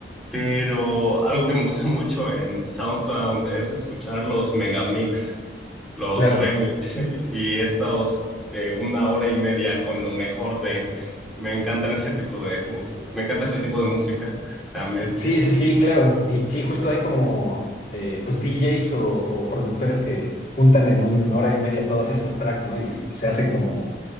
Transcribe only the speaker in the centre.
Pero algo que me gusta mucho en SoundCloud es escuchar los megamix, los
remix <laughs> y estos de una hora y media con lo mejor de... Me encantan ese tipo de mus- me encanta ese tipo de música también.